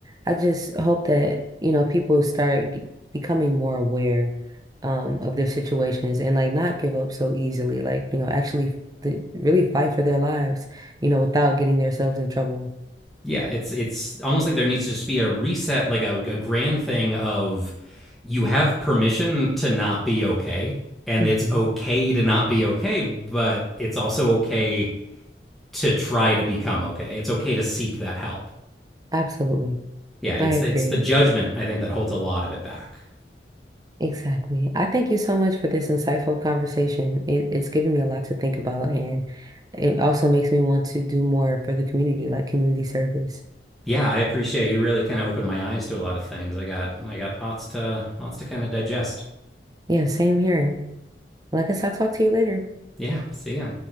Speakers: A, on the right; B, in the centre.
A: I just hope that, you know, people start g- becoming more aware um of their situations and like not give up so easily. Like, you know, actually th really fight for their lives, you know, without getting themselves in trouble.
B: Yeah, it's it's almost like there needs to just be a reset, like a, a grand thing of you have permission to not be okay, and
A: hmm
B: it's okay to not be okay, but it's also okay to try to become okay. It's okay to seek that help.
A: Absolutely.
B: Yeah, it's
A: I agree.
B: it's the judgment I think that holds a lot of it back.
A: Exactly. I thank you so much for this insightful conversation. It, it's given me a lot to think about and it also makes me want to do more for the community, like community service.
B: Yeah, I appreciate you really kind of opened my eyes to a lot of things. I got I got lots to lots to kind of digest.
A: Yeah, same here. Like I guess I'll talk to you later.
B: Yeah, see ya.